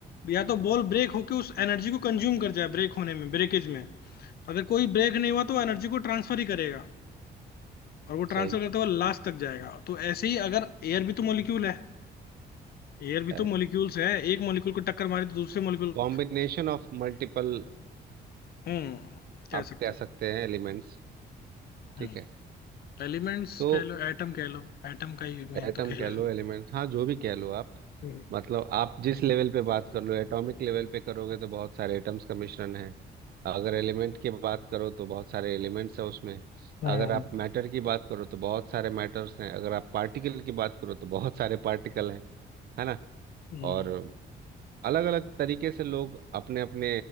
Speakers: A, on the left; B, on the right.
A: या तो बॉल ब्रेक होके उस एनर्जी को कंज्यूम कर जाए ब्रेक होने में ब्रेकेज में अगर कोई ब्रेक नहीं हुआ तो एनर्जी को ट्रांसफर ही करेगा और वो ट्रांसफर
B: सही
A: करते हुए लास्ट तक जाएगा तो ऐसे ही अगर एयर भी तो मोलिक्यूल है एयर भी
B: है
A: तो मोलिक्यूल्स है एक मोलिक्यूल को टक्कर मारे तो दूसरे मोलिक्यूल
B: कॉम्बिनेशन ऑफ मल्टीपल
A: हम्म कह
B: आप
A: सकते
B: कह सकते हैं एलिमेंट्स ठीक
A: हो हम्म
B: है
A: एलिमेंट्स
B: तो
A: कह लो एटम कह लो एटम का ही मेन
B: एटम
A: तो कह
B: कह लो
A: लो
B: एलिमेंट हाँ जो भी कह लो आप
A: हम्म,
B: मतलब आप जिस लेवल पे बात कर लो एटॉमिक लेवल पे करोगे तो बहुत सारे एटम्स का मिश्रण है अगर एलिमेंट की बात करो तो बहुत सारे एलिमेंट्स है उसमें
A: हम्म,
B: अगर आप मैटर की बात करो तो बहुत सारे मैटर्स हैं अगर आप पार्टिकल की बात करो तो बहुत सारे पार्टिकल हैं है ना
A: हम्म,
B: और अलग अलग तरीके से लोग अपने अपने